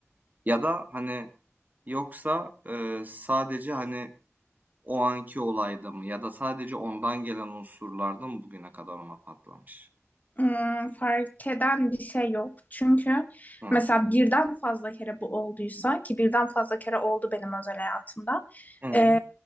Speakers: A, on the right; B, on the left.
A: Ya da hani yoksa eee, sadece hani o anki olayda mı? Ya da sadece ondan gelen unsurlarda mı bugüne kadar ona patlamış?
B: Hmm, fark eden bir şey yok. Çünkü
A: Hı.
B: mesela birden fazla kere bu olduysa ki birden fazla kere oldu benim özel hayatımda.
A: Hı,
B: e,